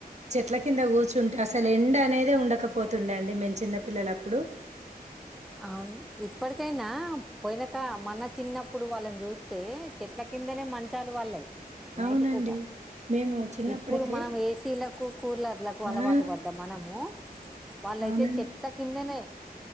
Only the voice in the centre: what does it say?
అవును ఇప్పటికైనా పోయినాక మన చిన్న ఇప్పుడు వాళ్ళని చూస్తే చెట్ల కిందనే మంచాలు వాళ్ళయి నైట్
పూట
ఇప్పుడు మనం ఏసీలకు కూలర్లకు అలవాటు
పడ్డాం మనము వాళ్ళైతే
చెట్ల కిందనే